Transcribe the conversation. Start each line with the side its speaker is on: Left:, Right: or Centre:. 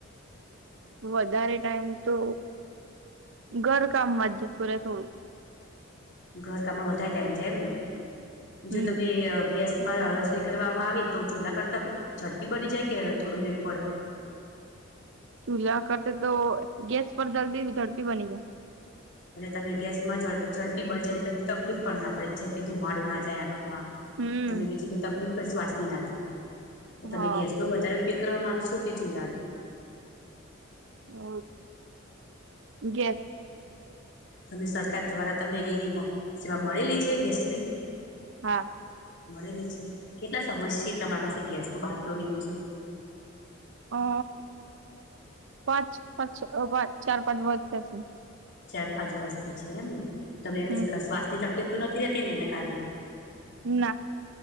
Right: વધારે ટાઈમ તો ઘર કામમાં જ જતો હોઈ
Left: ઘર કામમાં વધારે ટાઈઇમ જાય એમ જો
Right: હમ
Left: તમે ગેસમાં રસોઈ કરવામાં આવી તો ચૂલા કરતા ઝડપી બની જાય કે થોડું લેટ પડે.
Right: ચૂલ્હા કરતા તો ગેસ પર જલ્દી ઝડપી બની જાય.
Left: એટલે તમ ગેસમાં ઝડ ઝડપી બની જાય ને તમને તકલીફ પણ ના પડે જેમ કે ધુમાડું ના જાય આંખ મા
Right: હમ
Left: તમને બીજી કોઈ તકલીફ. શ્વાસની ના થાય. તો
Right: હા
Left: તમે ગેસ નો વધારે કરવા માંગશો કે ચૂલાનું.
Right: અ ગેસ.
Left: તમે સરકાર દ્વારા તમને એલી મ સેવા મળેલી છે ગેસની.
Right: હા.
Left: મળેલી છે કેટલા સમસ સે તમારા પાસે ગેસ નો બાટલો લેવું છે.
Right: અ પાંચ, પાંચ, અ પાંચ ચાર પાંચ વત થીયા સે.
Left: ચાર પાંચ વર્ષથી છે એમને. તમે વી
Right: હમ
Left: શ્વાસની તક લિપ નથી રહેતી ને એના કારણે.
Right: ના.